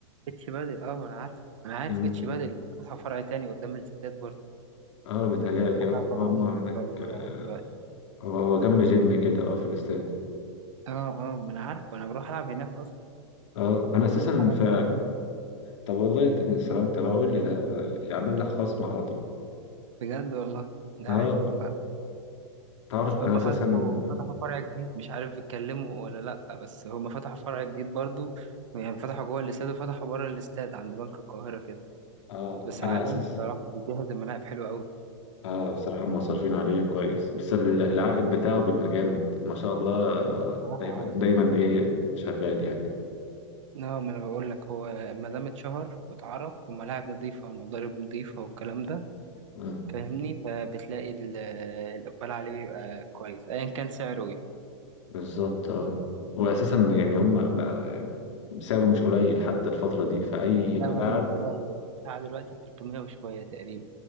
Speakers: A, on the right (about 85°); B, on the left (about 70°).
A: اتش بادل اه أنا عارف أنا عارف
B: مم.
A: اتش بادل فاتحة فرع تاني قدام الاستاد برضه
B: اه بيتهيألي
A: فاتحة
B: اه
A: فرعين
B: هم هناك
A: ما شاء الله
B: آه،
A: دلوقتي
B: هو هو جنب جيم كده اه في الاستاد
A: اه اه ما أنا عارف أنا بروح ألعب هناك أصلا
B: اه انا
A: كنت
B: اساسا
A: بروح ألعب
B: ف
A: هناك دايما
B: طب والله د- ان سلام طب اقول لي ده آه، يعمل لك خصم على طول
A: بجد والله ده
B: اه
A: عايش والله
B: تعرف
A: اصل
B: انا
A: هم
B: اساسا
A: فتحوا فتحوا فرع جديد مش عارف اتكلموا ولا لا بس هم فتحوا فرع جديد برضو يعني فتحوا جوه الاستاد وفتحوا بره الاستاد عند بنك القاهرة كده
B: اه
A: بس
B: انا
A: عالمي
B: اساس
A: بصراحة بيجهز الملاعب حلو قوي
B: اه بصراحة مصرفين عليه كويس بس ال- العائد بتاعه بيبقى جامد ما شاء الله آه،
A: بصراحة
B: دايما
A: هو
B: دايما
A: حلو
B: ايه شغال يعني
A: اه ما انا بقول لك هو ما دام اتشهر واتعرف وملاعب نظيفة والمضارب نظيفة والكلام ده
B: آه.
A: فاهمني فبتلاقي ال- الاقبال عليه بيبقى كويس ايا كان سعره ايه
B: بالظبط اه واساسا يعني هم بقى يعني سعره مش قليل حتى الفترة دي في أي
A: لا
B: ملاعب
A: لا مش قليل الساعة دلوقتي 300 وشوية تقريبا